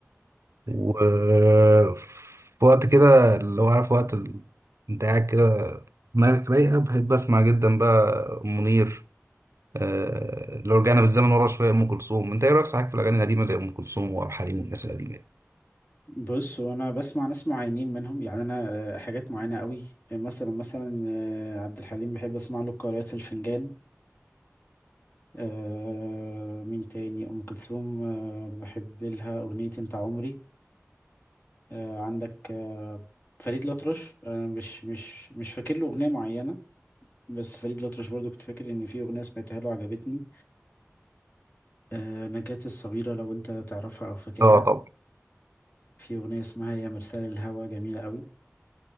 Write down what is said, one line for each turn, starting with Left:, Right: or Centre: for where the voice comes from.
Right: وفي وقت كده اللي هو عارف وقت ال- انت قاعد كده دماغك رايقة بحب أسمع جدا بقى أم منير آه لو رجعنا بالزمن ورا شوية أم كلثوم أنت إيه رأيك صحيح في الأغاني القديمة زي أم كلثوم وعبد الحليم والناس القديمة دي؟
Left: بص هو انا بسمع ناس معينين منهم يعني انا آه، حاجات معينه قوي مثلا مثلا آه، عبد الحليم بحب اسمع له قارئة الفنجان آه، مين تاني ام كلثوم آه، بحب لها اغنيه انت عمري آه، عندك آه، فريد الأطرش آه، مش مش مش فاكر له اغنيه معينه بس فريد الأطرش برضو كنت فاكر ان في اغنيه سمعتها له عجبتني آه، نجاة الصغيره لو انت تعرفها او فاكرها
Right: آه طبعا
Left: في اغنيه اسمها يا مرسال الهوى جميله قوي